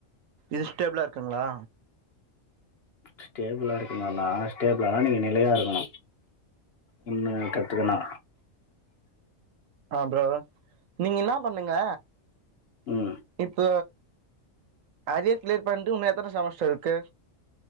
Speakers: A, on the right (about 80°); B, on the left (about 50°).
A: இஸ்டேபிளா இருக்குங்களா
B: ஸ்டேபிளாக இருக்கணும் ந ஸ்டேபிளா இருக்கனும்னா ஷ்டோபிளானா நீங்க நிலையா இருக்கனும் ஒன்னு கத்துக்கணா
A: ஆ ப்ரோ நீங்க என்னா பண்ணுங்க
B: ம்
A: இப்ப அரியர் கிளியர் பண்ட்டு இன்னும் எத்தன செமஸ்டர் இருக்கு